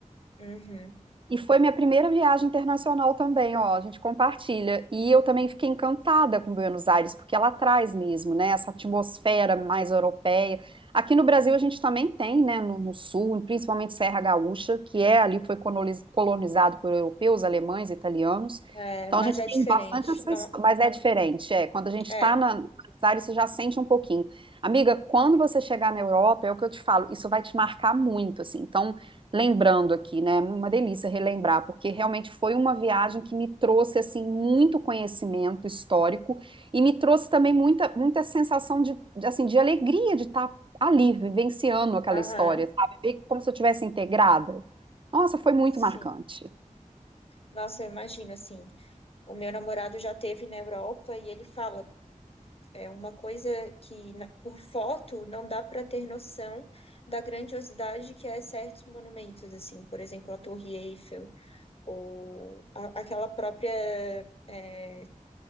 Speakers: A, on the left; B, on the right.
A: Uhum.
B: E foi minha primeira viagem internacional também, ó, a gente compartilha. E eu também fiquei encantada com Buenos Aires, porque ela traz mesmo, né, essa atmosfera mais europeia. Aqui no Brasil a gente também tem, né, no, no sul, principalmente Serra Gaúcha, que é ali foi coloniz- colonizado por europeus, alemães, italianos.
A: É,
B: Então
A: mas
B: a gente
A: é
B: tem
A: diferente.
B: bastante essa
A: Não,
B: história, mas é diferente, é. Quando a gente
A: é.
B: está na em Buenos Aires, você já sente um pouquinho. Amiga, quando você chegar na Europa, é o que eu te falo, isso vai te marcar muito, assim. Então lembrando aqui, né? É Uma delícia relembrar, porque realmente foi uma viagem que me trouxe assim muito conhecimento histórico e me trouxe também muita muita sensação de de, assim de alegria de estar ali vivenciando aquela
A: Aham.
B: história, sabe? Ver como se eu tivesse integrada. Nossa, foi muito
A: Sim.
B: marcante.
A: Nossa, eu imagino, assim, o meu namorado já teve na Europa e ele fala, é uma coisa que na- por foto não dá para ter noção da grandiosidade que é certos monumentos, assim, por exemplo, a Torre Eiffel ou a- aquela própria, é,